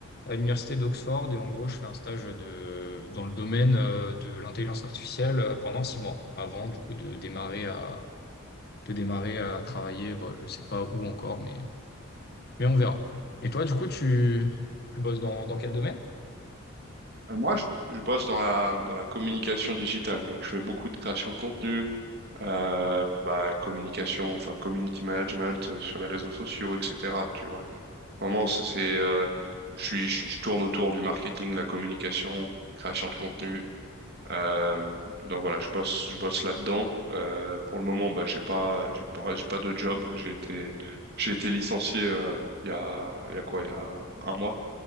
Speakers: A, on the left; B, on the right.
A: à l'université d'Oxford. Et en gros, je fais un stage de, dans le domaine, euh, de l'intelligence artificielle, euh, pendant six mois, avant, du coup, de démarrer à, de démarrer à travailler. Bon, je sais pas où encore, mais, mais on verra. Et toi, du coup, tu, tu bosses dans, dans quel domaine?
B: Euh, moi, je, je bosse dans la, dans la communication digitale. Donc, je fais beaucoup de création de contenu, euh, bah, communication, enfin, community management euh, sur les réseaux sociaux, etc. Tu vois. Vraiment, ça, c'est, euh, je suis, je, je tourne autour du marketing, la communication, création de contenu. Euh, donc voilà, je bosse, je bosse là-dedans. Euh, pour le moment, bah, j'ai pas, j'ai pas, j'ai pas de job. J'ai été, j'ai été licencié euh, il y a, il y a quoi, il y a un mois.